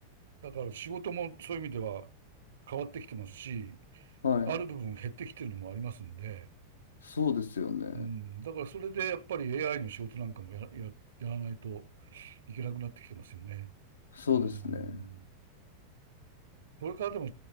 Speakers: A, on the right; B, on the left.
A: だから仕事もそういう意味では変わってきてますし、
B: はい。
A: ある部分減ってきてるのもありますんで、
B: そうですよね。
A: うん、だからそれでやっぱり AI の仕事なんかもや、や、やらないといけなくなってきてますよね。
B: そうですね。
A: うんこれからでも、